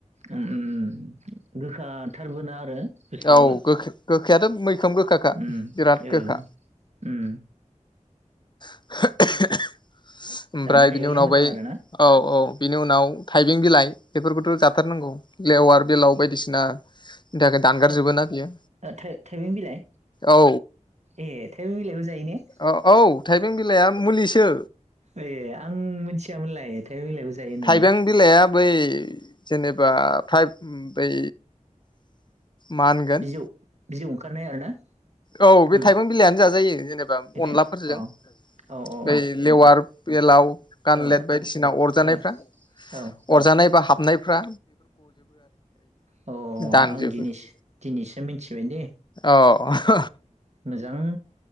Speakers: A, on the right; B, on the left.
A: उम उम उम गोखााथारबो ना आरो। बुस्थुआबो
B: औ गो गोखायाथ' मैखोम गोखा खा
A: उम
B: बिराद
A: ओ
B: गोखा
A: उम
B: <inaudible> ओमफ्राय
A: जानो हायोबालाय
B: बिनि उनाव
A: मोजां
B: बै
A: आरो ना
B: औ औ बिनि उनाव थाइबें बिलाइ बेफोरखौथ' जाब हाथारनांगौ लेवार बेलाव बायदिसिनानि थाखाय दानगारजोबोना
A: थाइ
B: बियो
A: ओ थाइबें बिलाइ
B: औ
A: ए थाइबें बिलाइबो जायो ने
B: ओ औ थाइबें बिलाइआ मुलिसो
A: ए आं <unintelligible> थाइबें बिलाइ खौ जायो होनानै।
B: थाइबें बिलाइआ बै जेनेबा फाइ बै मा होनगोन।
A: बिजौ बिजौ ओंखारनाय आरो ना।
B: औ बे
A: नामा
B: थाइबें बिलाइयानो जाजायो जेनेबा
A: बेखायनो
B: अनलाफोरजों
A: अ औ औ
B: बै लेवार बेलाव गानलेद
A: औ
B: बायदिसिना अरजानायफ्रा
A: औ औ
B: अरजानायबा हाब खुरनायफ्रा
A: अ आं
B: दानजोबो
A: दिनिसो मिथिबाय दे।
B: औ
A: मोजां